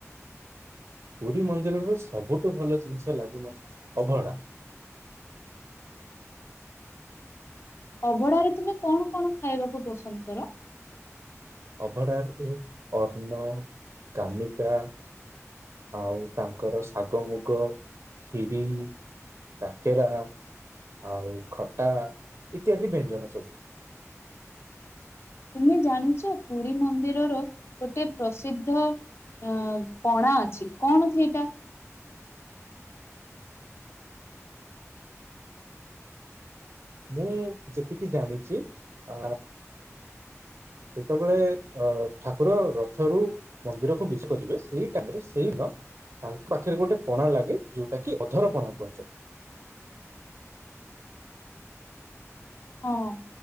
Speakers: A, on the right; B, on the left.
A: ପୁରୀ ମନ୍ଦିରର ସବୁଠୁ ଭଲ ଜିନିଷ ଲାଗେ ମତେ ଅଭଢା।
B: ଅଭଡାରେ ତୁମେ କଣ କଣ ଖାଇବାକୁ ପସନ୍ଦ କର?
A: ଅଭଢାରେ ଅନ୍ନ କାମିକା। ଆଉ ତାଙ୍କର ଶାଗ ମୁଗ ଖିରି। କାକେରା ଆଉ ଖଟା ଇତ୍ୟାଦି ବ୍ୟଞ୍ଜନ ସବୁ।
B: ତୁମେ ଜାଣିଛ ପୁରୀ ମନ୍ଦିରର ଗୋଟେ ପ୍ରସିଦ୍ଧ ଅ ପଣା ଅଛି କଣ ଅଛି ଏଇଟା?
A: ମୁଁ ଯେତିକି ଜାଣିଛି ଅ ସେତେବେଳେ ଅ ଠାକୁର ରଥରୁ ମନ୍ଦିରକୁ ବିଜେ କରିବେ ସେଇ ଟାଇମରେ ସେଇ ଲ ତାଙ୍କ ପାଖରେ ଗୋଟେ ପଣା ଲାଗେ ଯୋଉଟା କି ଅଧର ପଣା କୁହଯାଏ।
B: ହଁ।